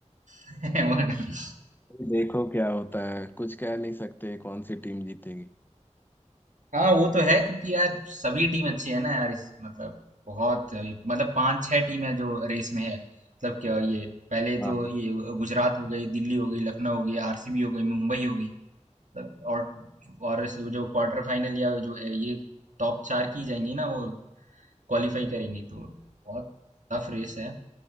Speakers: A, on the right; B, on the left.
A: <laughs>
B: देखो क्या होता है कुछ कह नहीं सकते कौन सी टीम जीतेगी
A: हाँ वो तो है क्योंकि यार सभी टीम अच्छी है ना यार इस मतलब बहुत मतलब पांच छह टीम है जो रेस में है मतलब क्या ये पहले
B: हाँ
A: तो ये गुजरात हो गई दिल्ली हो गई लखनऊ हो गई आरसीबी हो गई मुंबई हो गई मतलब और और इस- जो क्वार्टर फाइनल या जो ये टॉप चार की जाएंगी ना वो क्वालिफाई करेंगी तो बहुत टफ रेस है